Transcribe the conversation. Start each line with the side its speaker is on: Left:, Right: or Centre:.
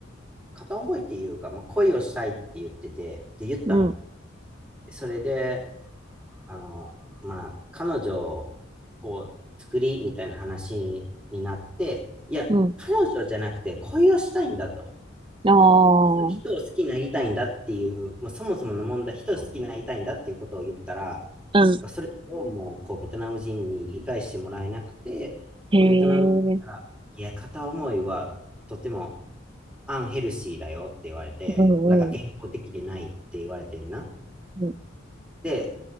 Centre: 片思いっていうか、まあ、恋をしたいって言ってて、って言ったの。
Right: うん、
Centre: でそれで、あの、まあ、彼女を作りみたいな話になって、いや、
Right: うん。
Centre: 彼女じゃなくて恋をしたいんだと。
Right: ああ、
Centre: 人を好きになりたいんだっていう、
Right: う
Centre: もうそもそもの問題、人を好きになりたいんだっていうことを言ったら、
Right: ん。
Centre: なんかそれをもう、こう、ベトナム人に理解してもらえなくて、
Right: へえ、
Centre: で、ベトナム人から、いや、片思いはとてもアンヘルシーだよって言われて、
Right: うん、
Centre: なんか健康的でないって言われてんな。
Right: うん、うん、
Centre: で、